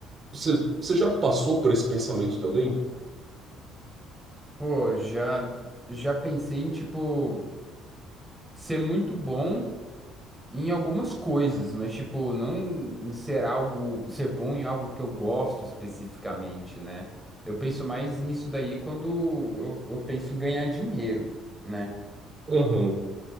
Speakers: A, on the right; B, in the centre.
A: Você, você já passou por esse pensamento também?
B: Pô, já já pensei em tipo ser muito bom Em algumas coisas, mas tipo, não ser algo, ser bom em algo que eu gosto especificamente, né? Eu penso mais nisso daí quando eu, eu penso em ganhar dinheiro, né?
A: Aham.